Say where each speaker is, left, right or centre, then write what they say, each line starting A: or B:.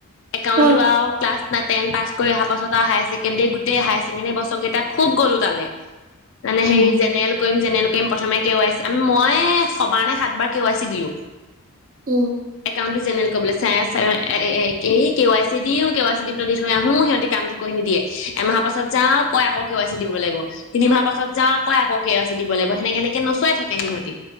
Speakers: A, on the left; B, on the right.
A: একাউণ্টটো
B: অ
A: আৰু ক্লাছ নাইন, টেন পাছ কৰি অহাৰ পাছত হাইছেকেনডী গোটেই হাইচ <unintelligible> <unintelligible> খুব গলো তালে মানে হে
B: উম
A: জেনেৰেল কৰিম জেনেৰেল কৰিম প্ৰথমে কে- ৱাই -চি মই ছবাৰ নে সাতবাৰ কে ৱাই চি দিলো।
B: উম
A: একাউণ্টটো জেনেৰেল কবলৈ চাই কে ৱাই চি দিও কে ৱাই চি দি পেলাই দি থৈ আহো, সিহঁতি কামতটো কৰি নিদিয়ে এমাহ পাছত যাওঁ কই আকৌ কে ৱাই চি দিব লাগিব, তিনিমাহ পাছত যাওঁ কয় আকৌ কে ৱাই চি দিব লাগিব, সেনেকে এনেকে নচোৱাই। সিহঁতি,